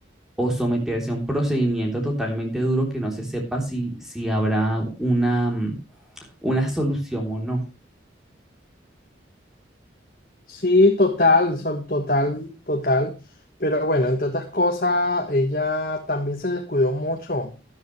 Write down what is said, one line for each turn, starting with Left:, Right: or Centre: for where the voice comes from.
Centre: o someterse a un procedimiento totalmente duro que no se sepa si, si habrá una, mm, una solución o no.
Left: Sí, total, sol- total, total. Pero bueno, entre otras cosas, ella también se descuidó mucho.